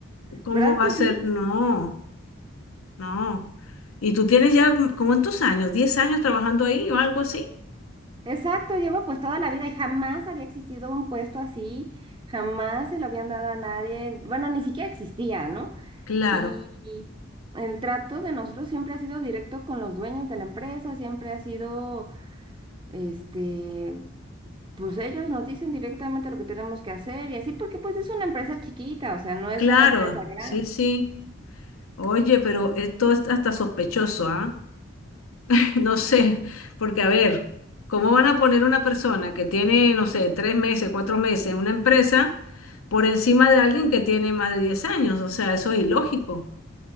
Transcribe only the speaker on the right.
¿verdad
que
sí?
Exacto, llevo pues toda la vida y jamás había existido un puesto así, jamás se lo habían dado a nadie, bueno, ni siquiera existía, ¿no?
Y y el trato de nosotros siempre ha sido directo con los dueños de la empresa, siempre ha sido, este, pues ellos nos dicen directamente lo que tenemos que hacer y así, porque pues es una empresa chiquita, o sea, no es
una empresa grande.
Y-
Ujú.